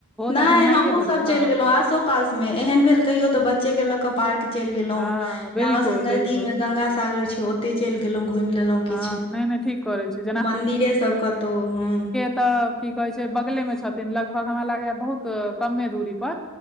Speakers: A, on the left; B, in the centre.
A: नय
B: तऽ घुमनाइये
A: हमहुँ
B: भेलै
A: सभ चलि
B: हँ
A: गेलहुँ आसो पासमे एहन भेल कहियो तऽ बच्चे के लऽ कऽ पार्क चलि गेलों
B: हँ
A: जे
B: बिल्कुल
A: हमरा सब के नजदीक
B: बिल्कुल
A: मे गंगा सागर छै ओ ओते चलि गेलहुं घुमि लेलहुँ
B: हँ
A: किछु
B: नहि नहि ठीक करै छी
A: मंदिरे सब कतहु हुँ
B: त की कहे छै बगले मे छथिन लगभग हमरा लागे य बहुत कमे दूरी पर